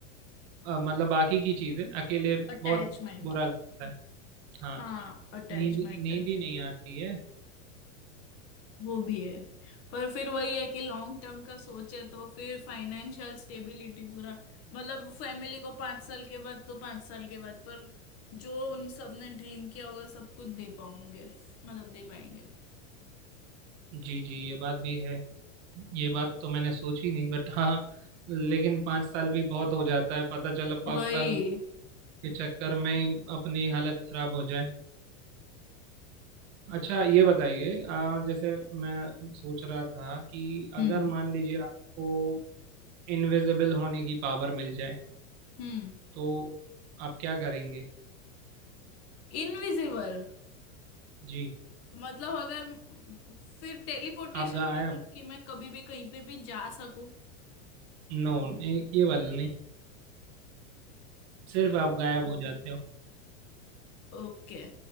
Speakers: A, on the right; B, on the left.
A: मतलब बाकी की चीजें अकेले बहुत
B: अटैचमेंट
A: बुरा लगता है हाँ
B: हाँ अटैचमेंट
A: नींद नींद ही नहीं आती है
B: वो भी है पर फिर वही है कि लॉन्ग टर्म का सोचे तो फिर फाइनेंशियल स्टेबिलिटी पूरा मतलब फैमिली को पांच साल के बाद तो पांच साल के बाद पर जो उन सब ने ड्रीम किया होगा सब कुछ दे पाऊंगे मतलब दे पाएंगे
A: जी जी ये बात भी है ये बात तो मैंने सोची नहीं बट हाँ लेकिन पाँच साल भी बहुत हो जाता है पता चला पाँच
B: वही
A: साल के चक्कर में ही अपनी हालत खराब हो जाए अच्छा ये बताइए आ, जैसे मैं सोच रहा था कि
B: हम्म
A: अगर मान लीजिए आपको इनविजिबल होने की पावर मिल जाए
B: हम्म
A: तो आप क्या करेंगे
B: इनविजिबल
A: जी
B: मतलब अगर फिर टेलीपोर्टेशन
A: आप गायब
B: भी ना कि मैं कभी भी कहीं पे भी जा सकूं
A: नो ये वाला नहीं सिर्फ आप गायब हो जाते हो
B: ओके